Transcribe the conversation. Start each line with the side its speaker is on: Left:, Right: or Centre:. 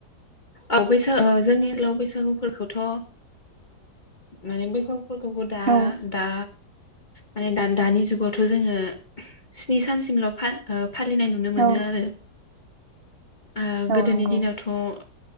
Left: औ बैसा ओ जोंनि आथिखालाव बैसागु फोरखौथ' ओ माने बैसागु फोरखौबो दा
Right: औ
Left: दा माने दा दानि जुगावथ जोङो स्नि सान सिमल' फा ओ फालिनाय नुनो मोनो
Right: औ
Left: आरो। ओ गोदोनि
Right: औ नंगौ
Left: दिनावथ